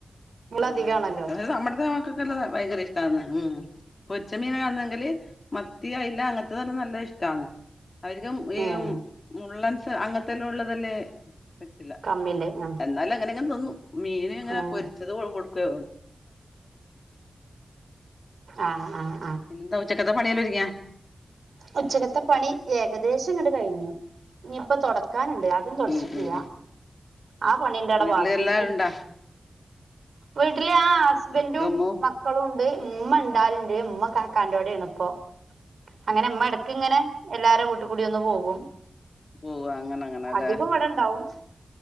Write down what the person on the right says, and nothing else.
അധികാണല്ലോ
ഏഹ്
കമ്മില്ലേ ആഹ്
ഉം
ആഹ് ആഹ്
ഉച്ചകത്തെ പണി ഏകദേശങ്ങിട് കഴിഞ്ഞു ഇനിയിപ്പ തുൊട കക്കാനുണ്ട് അതും തുടച്ചിട്ടില്ല
ആ പണീന്റെട
ബാക്കി
വീട്ടില് ആ ഹസ്ബൻറും
മക്കളും ഉണ്ട് ഉമ്മ ഉണ്ടാലിന്റെ ഉമ്മ കക്കാന്റെകൂടെയാണ് ഇപ്പോൊ അങ്ങനെ അമ്മ ഇടക്ക ഇങ്ങനെ എല്ലാരും വീട്ടി കൂടി ഒന്ന് പോകും
അധികം മട ഇണ്ടാവും